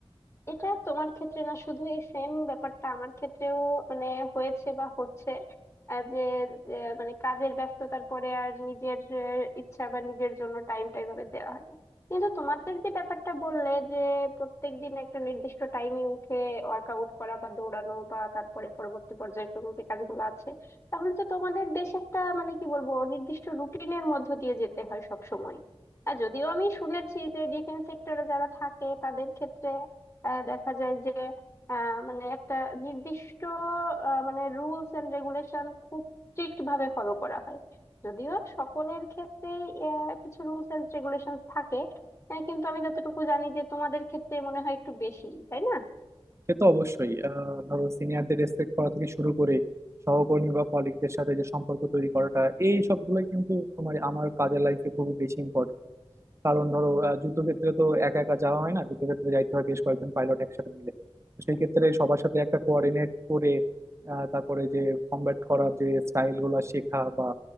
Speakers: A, on the left (about 30°); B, on the right (about 25°).
A: এটা তোমার ক্ষেত্রে না শুধু এই সেম ব্যাপারটা আমার ক্ষেত্রেও মানে হয়েছে বা হচ্ছে আহ, যে যে মানে কাজের ব্যস্ততার পরে আর নিজের আহ, ইচ্ছা বা নিজের জন্য টাইমটা এভাবে দেওয়া হয় না কিন্তু তোমাদের যে ব্যাপারটা বললে যে প্রত্যেক দিন একটা নির্দিষ্ট টাইমে উঠে ওয়ার্কআউট করা বা দৌড়ানো বা তারপরে পরবর্তী পর্যায়ক্রমে যে কাজগুলো আছে তাহলে তো তোমাদের বেশ একটা মানে কি বলবো নির্দিষ্ট রুটিনের মধ্য দিয়ে যেতে হয় সব সময় আর যদিও আমি শুনেছি যে ডিফেন্স সেক্টরে যারা থাকে তাদের ক্ষেত্রে আহ, দেখা যায় যে আহ, মানে একটা নির্দিষ্ট আহ, মানে রুলস এন্ড রেগুলেশন খুব স্ট্রিক্ট ভাবে ফলো করা হয় যদিও সকলের ক্ষেত্রেই আহ, কিছু রুলস এন্ড রেগুলেশন থাকে আহ, কিন্তু আমি যতটুকু জানি যে তোমাদের ক্ষেত্রে মনে হয় একটু বেশি তাই না
B: সে তো অবশ্যই আহ ধরো সিনিয়রদের রেসপেক্ট করা থেকে শুরু করে সহকর্মী বা কলিগদের সাথে যে সম্পর্ক তৈরি করাটা এই সবগুলো কিন্তু তোমার আমার কাজের লাইফে খুবই বেশি ইম্পর্টেন্ট কারণ ধরো আহ, যুদ্ধক্ষেত্রে তো একা একা যাওয়া হয় না যুদ্ধক্ষেত্রে যাইতে হয় বেশ কয়েকজন পাইলট একসাথে মিলে তো সেই ক্ষেত্রে সবার সাথে একটা কোঅর্ডিনেট করে আহ, তারপরে যে কমব্যাট করার যে স্টাইল গুলা শেখা বা